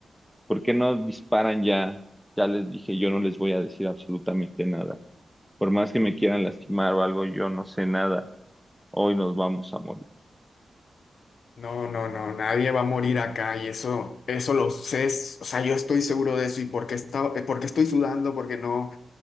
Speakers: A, in the centre; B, on the left.
A: ¿Por qué no disparan ya? Ya les dije, yo no les voy a decir absolutamente nada. Por más que me quieran lastimar o algo, yo no sé nada. Hoy nos vamos a morir.
B: No, no, no, nadie va a morir acá y eso, eso lo sé. es- O sea, yo estoy seguro de eso y porque está, porque estoy sudando, porque no.